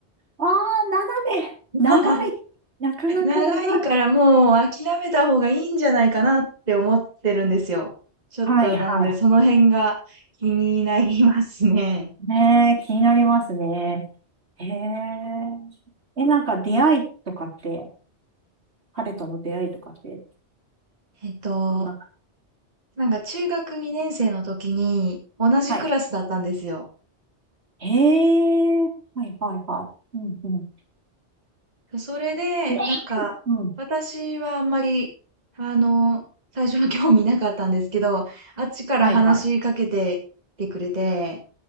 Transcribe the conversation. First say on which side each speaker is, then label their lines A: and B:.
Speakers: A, on the right; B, on the right.
A: あ、斜め。
B: <laughs>
A: 長い。なかなか長い。
B: 長いからもう諦めた方がいいんじゃないかなって思ってるんですよ。ちょっとなのでその辺が気になりますね。
A: はいはいはい。ねえ、気になりますね。へえ。え、なんか出会いとかって、彼との出会いとかって、
B: <laughs> えっと、
A: どんな、
B: なんか中学2年生の時に同じクラスだったんですよ。
A: はい。へえ。はいはいはい。うんうん。
B: それで、
A: え、
B: なんか、
A: うん。
B: 私はあんまり、あの、最初は興味なかったんですけど、あっちから話しかけてきてくれて、
A: はいはい。